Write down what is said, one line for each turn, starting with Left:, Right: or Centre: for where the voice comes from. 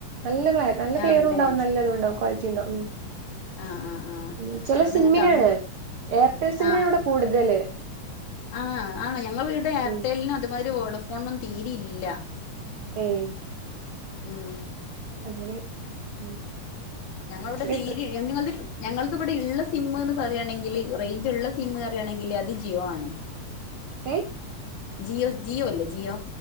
Right: നല്ലത് നല്ല ക്ലിയറും
Left: ആണ്ല്ലേ
Right: ഉണ്ടാവും, നല്ലതുണ്ടാവും, ക്വാളിറ്റി ഉണ്ടാവും ഉം
Left: ആഹ് ആഹ് ആഹ്
Right: ഉം ചെല
Left: അതോണ്ട്
Right: സിമ്മിനാണ്
Left: ഇങ്ങക്ക് അങ്ങ
Right: എയർടെൽ സിമ്മിനാണ്
Left: ആഹ്
Right: ഇവിടെ കൂടുതല്
Left: ആഹ് ആണോ ഞങ്ങൾ ഇവടെ എയർടെല്ലിനും
Right: ഉം
Left: അതുമാതിരി വോഡോഫോണിനും തീരി ഇല്ല.
Right: ഏഹ്.
Left: ഉം
Right: അങ്ങനെ ഉം
Left: ഞങ്ങളവടെ
Right: ഒരു
Left: ഇവടെ തീരീ
Right: ട്രി
Left: <unintelligible> ഞങ്ങൾത് ഇവടെ ഇള്ള സിം ന്ന് പർയാണെങ്കില് റേഞ്ച് ഒള്ള സിം പർയാണെങ്കിൽ അത് ജിയോ ആണ്.
Right: ഏഹ്
Left: ജിയോ ജിയോ അല്ലേ ജിയോ